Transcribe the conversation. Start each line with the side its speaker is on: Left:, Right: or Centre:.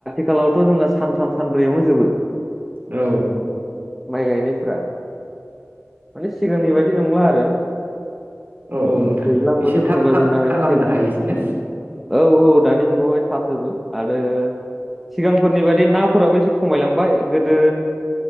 Centre: आथिखालावथ' जोंना सानथाम सानब्रैयावनो जोबो
Right: औ
Centre: माइ गायनायफ्रा माने सिगांनि बायदि नंला आरो
Right: औ औ नोंथां
Centre: दैज्लां बोथोरफोरबा
Right: एसे थाब थाब
Centre: जोंना
Right: खालामनो
Centre: सि-
Right: हायोसैना
Centre: औ औ दानि जुगावहाय थाबजोबो आरो सिगांफोरनि बाददि नाफोराबो एसे खमायलांबाय गोदो